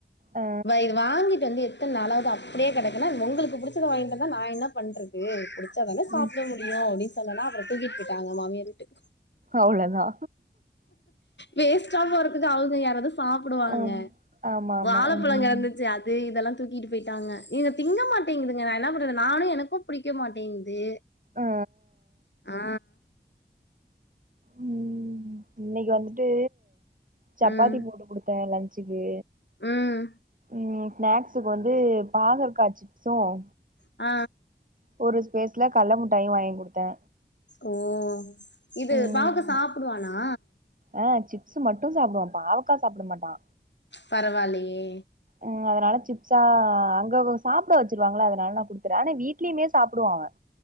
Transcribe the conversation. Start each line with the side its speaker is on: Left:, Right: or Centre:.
Right: ஆ
Left: வை இது வாங்கிட்டு வந்து எத்தன நாள் ஆவுது அப்டியே கிடைக்குனா உங்களுக்கு புடிச்சத வாங்கிட்டு வந்தா நா என்ன பண்றது புடிச்சா தானே சாப்ட
Right: ம்
Left: முடியு அப்டின்னு சொன்னனா அப்றோ தூக்கிட்டு போய்டாங்க மாமியார் வீட்டுக்கு
Right: அவ்ளதா
Left: வேஸ்டா போறதுக்கு அவுங்க யாராவது சாப்புடுவாங்க
Right: அம் ஆமா ஆமா
Left: வாழைப்பழ
Right: ம்
Left: கலந்தது அது இதெல்லா தூக்கிட்டு போயிட்டாங்க இத திங்க மாட்டேங்குது இப்ப நா என்னா பண்றது நானு எனக்கும் புடிக்க மாட்டிங்குது
Right: ஆ
Left: ஆ
Right: உம் இன்னைக்கி வந்துட்டு சப்பாத்தி
Left: ம்
Right: போட்டு குடுத்தே லன்ச்சுக்கு
Left: ம்
Right: ம் ஸ்நேக்ஸ்சுக்கு வந்து பாகற்க்கா சிப்ஸ்சும்
Left: அ
Right: ஒரு ஸ்பேஸ்ல கல்ல முட்டாய் வாங்கி குடுத்தே
Left: ஓ இது
Right: ம்
Left: பாவக்கா சாப்புடுவானா
Right: ஆ சிப்ஸ்சு மட்டு சாப்புடுவா பாவக்கா சாப்புட மாட்டா
Left: பரவால்லயே
Right: ம் அதனால சிப்ஸா அங்க சாப்பிட வச்சுருவாங்கல்ல அதனால நா குடுத்தற்றே ஆனா வீட்லயுமே சாப்புடுவா அவன்